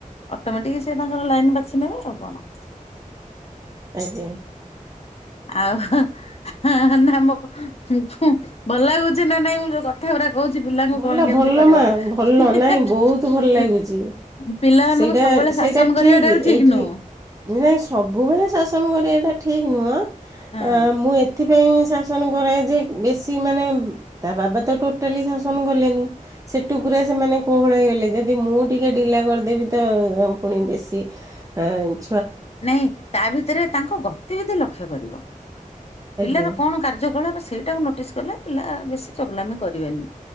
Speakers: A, on the left; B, on the right.
A: ଅଟମେଟିକ ସେ ତାଙ୍କର ଲାଇନ୍ ବାଛି ନେବେ ଆଉ କଣ।
B: ଆଜ୍ଞା।
A: ଆଉ ହ ହ ହ ନା ମୋ ଖୁଁ ଭଲ ଲାଗୁଚି ନା ନାଇଁ ମୁଁ ଯୋଉ କ କଥା ଗୁରା କୋଉଚି ପିଲାଙ୍କୁ
B: ଭଲ
A: କଣ କେମିତି
B: ଭଲ
A: କରିବ
B: ମା ଭଲ
A: ହିନ୍
B: ନାଇଁ
A: ହେ
B: ବହୁତ ଭଲ ଲାଗୁଛି
A: ହେ ହେ। ପିଲାମାନଙ୍କୁ
B: ସେଇଟା
A: ସବୁବେଳେ
B: ସେଇଟା
A: ଶାସନ କରିବାଟା ବି ଠିକ
B: ଏଇଠି
A: ନୁହଁ।
B: ନାଇଁ ସବୁବେଳେ ଶାସନ କରିବାଟା ଠିକ ନୁହଁ
A: ହଁ
B: ଆ ମୁଁ ଏ ଏଥି ପାଇଁ ଶାସନ କରାଏ ଯେ ବେଶୀ ମାନେ ତା ବାବା ତାକୁ ଟୋଟାଲି ଶାସନ କଲେନି। ସେଟୁ ପୁରା ସେମାନେ କୋହଳ ହେଇଗଲେ ଯଦି ମୁଁ ଟିକେ ଢିଲା କରିଦେବି ତ ପୁଣି ବେଶୀ ହଁ।
A: ନାଇଁ ତା ଭିତରେ ତାଙ୍କର ଗତିବିଧି ଲକ୍ଷ୍ୟ କରିବ। ପିଲାର
B: ଆଜ୍ଞା
A: କଣ କାର୍ଯ୍ୟକଳାପ ସେଇଟାକୁ ନୋଟିସ୍ କଲେ ପିଲା ବେଶୀ ଚଗଲାମି କରିବେନି।